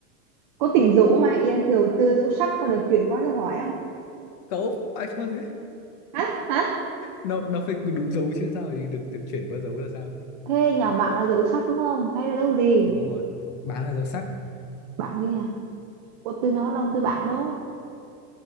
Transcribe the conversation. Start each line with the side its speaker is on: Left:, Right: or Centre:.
Right: có tỉnh dỗ mà Yên Kiều tư dỗ sắc con được chuyển qua cho hỏi không?
Left: cậu phải cho thế
Right: Hả? Hả?
Left: nó nó phải đúng dấu chứ sao thì được được chuyển qua dấu là sao
Right: Thế nhà bạn là dỗ sắc đúng không? Hay là dỗ gì?
Left: đúng rồi báng là dấu sắc
Right: Bạn gì nhỉ? Có từ nó đông từ bạn đâu?